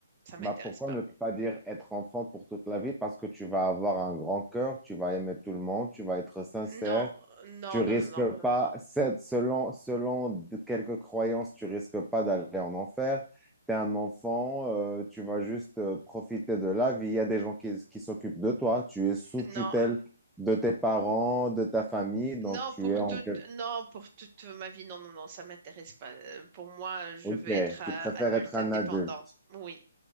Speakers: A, on the right; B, in the centre.
A: Ça m'intéresse
B: Bah, pourquoi
A: pas.
B: ne pas dire être enfant pour toute la vie? Parce que tu vas avoir un grand cœur, tu vas aimer tout le monde, tu vas être sincère,
A: Non, non,
B: tu risques
A: non, non, non.
B: pas, c'est- selon, selon de- quelques croyances, tu risques pas d'aller en enfer. Tu es un enfant, euh, tu vas juste euh, profiter de la vie. Il y a des gens qui, qui s'occupent de toi, tu es sous
A: Non,
B: tutelle de tes parents, de ta famille, donc
A: non,
B: tu
A: pour
B: es en...
A: toute,
B: quel-
A: non, pour toute ma vie, non, non, non, ça m'intéresse pas. Euh, Pour moi, je
B: Ok,
A: veux être euh,
B: tu préfères
A: adulte
B: être un
A: indépendant.
B: adulte.
A: Oui.